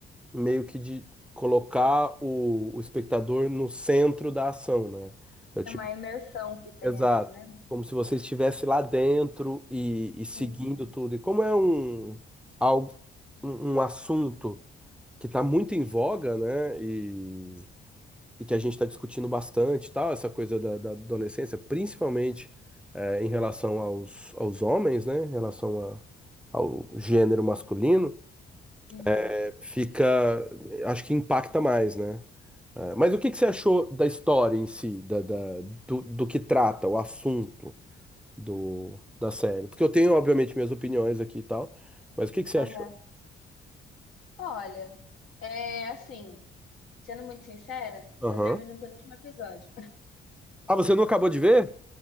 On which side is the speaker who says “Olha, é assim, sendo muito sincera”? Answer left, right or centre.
Left